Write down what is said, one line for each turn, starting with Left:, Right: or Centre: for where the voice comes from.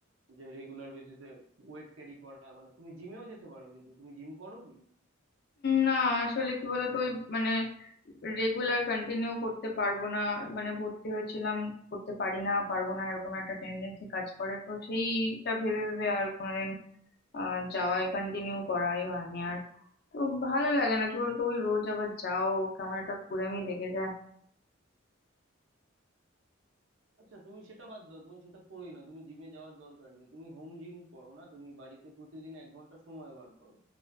Right: যে রেগুলার বেসিসে ওয়েট ক্যারি করা মানে তুমি জিমেও যেতে পারো কিন্তু তুমি জিম করো কি
Left: না আসলে কি বলতো ওই মানে রেগুলার কন্টিনিউ করতে পারবো না মানে ভর্তি হয়েছিলাম করতে পারি না পারবো না এরকম একটা টেন্ডেন্সি কাজ করে তো সেইটা ভেবে ভেবে আর কোনোদিন আহ যাওয়াই কন্টিনিউ করাই হয়নি আর তো ভালো লাগে না কি বলতো ওই রোজ আবার যাও কেমন একটা কুড়েমি লেগে যায়
Right: আচ্ছা তুমি সেটা বাদ দাও তুমি সেটা করোই না তুমি জিমে যাওয়ার দরকার নেই তুমি হোম জিম করো না তুমি বাড়িতে প্রতিদিন এক ঘন্টা সময় বার করো